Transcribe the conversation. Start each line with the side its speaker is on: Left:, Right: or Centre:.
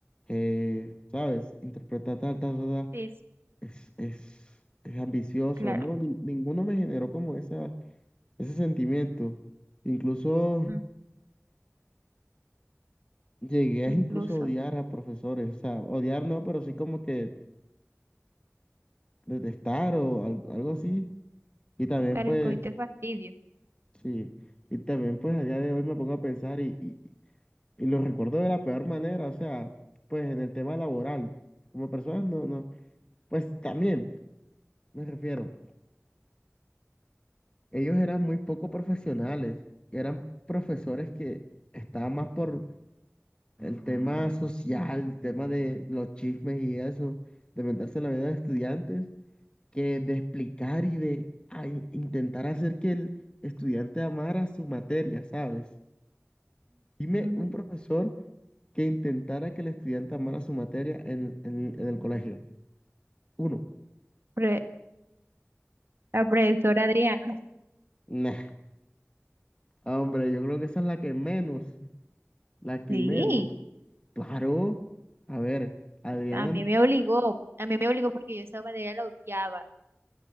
Left: eh, ¿sabes? Interpreta tal, tal, tal. tal".
Right: sí.
Left: es, es, es ambicioso,
Right: claro,
Left: ¿no? Ni- Ninguno me generó como esa, ese sentimiento. Incluso
Right: mm,
Left: llegué a
Right: incluso.
Left: incluso odiar a profesores, o sea, odiar no, pero sí como que detestar o al- algo así. Y también
Right: Dale,
Left: pues,
Right: escogiste fastidio.
Left: sí, y también pues a día de hoy me pongo a pensar y, y, y lo recuerdo de la peor manera, o sea, pues en el tema laboral, como personas no, no, pues también me refiero. ellos eran muy poco profesionales, eran profesores que estaban más por el tema social, el tema de los chismes y eso, de meterse en la vida de estudiantes, que de explicar y de a- intentar hacer que el estudiante amara su materia, ¿sabes? Dime
Right: Ujú.
Left: un profesor que intentara que el estudiante amara su materia en, en- en el colegio. Uno.
Right: Pre- la profesora Adriana.
Left: Nah, hombre, yo creo que esa es la que menos, la que
Right: Sí,
Left: menos. Claro, a ver, Adriana,
Right: a mí me obligó. A mí me obligó porque yo esa materia la odiaba